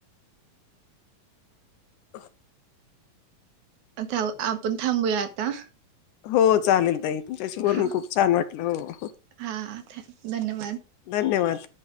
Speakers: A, on the left (about 75°); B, on the right (about 70°).
A: <inaudible>
B: आता आपण थांबूया आता.
A: हो चालेल ताई, तुमच्याशी बोलून
B: हा
A: खूप छान वाटलं हो.
B: हा, धन्यवाद.
A: धन्यवाद.